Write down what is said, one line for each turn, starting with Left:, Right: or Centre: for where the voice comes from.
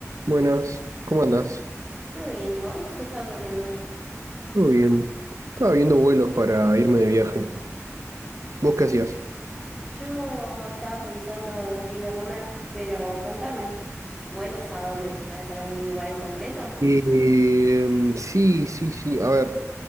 Right: Buenas, ¿cómo andás?
Centre: Todo bien, ¿y vos? ¿Qué estabas haciendo?
Right: ¿Todo bien? Estaba viendo vuelos para irme de viaje. ¿Vos qué hacías?
Centre: Yo estaba pensando qué iba a comer, pero contame, ¿vuelos a dónde? ¿Sabes algún lugar en concreto?
Right: Eh, sí, sí, sí. A ver,